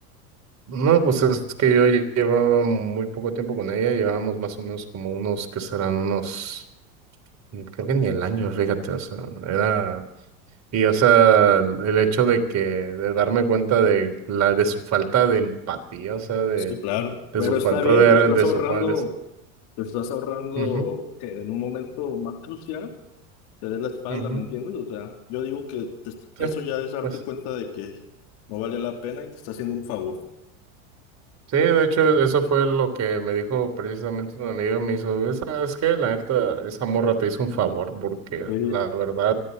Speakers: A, on the right; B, on the left.
A: No, pues es que yo lle- llevaba muy poco tiempo con ella, llevábamos más o menos como unos, que serán unos, mm, creo que ni el año, fíjate, o sea, era, y o sea, el el hecho de que, de darme cuenta de la, de su falta de empatía, o sea, de,
B: Sí, claro.
A: de
B: Pero
A: su falta
B: está bien,
A: de,
B: te estás
A: de
B: ahorrando,
A: su falta de,
B: te estás ahorrando
A: Ujú,
B: que en un momento más crucial te dé la espalda,
A: ujú.
B: ¿me entiendes? O sea, yo digo que te est-
A: Sí,
B: eso ya es darte
A: pues
B: cuenta de que no valía la pena y te está haciendo un favor.
A: sí, de hecho eso fue lo que me dijo precisamente un amigo, me hizo, ¿sabes qué? La neta, esa morra te hizo un favor porque
B: Sí,
A: la verdad,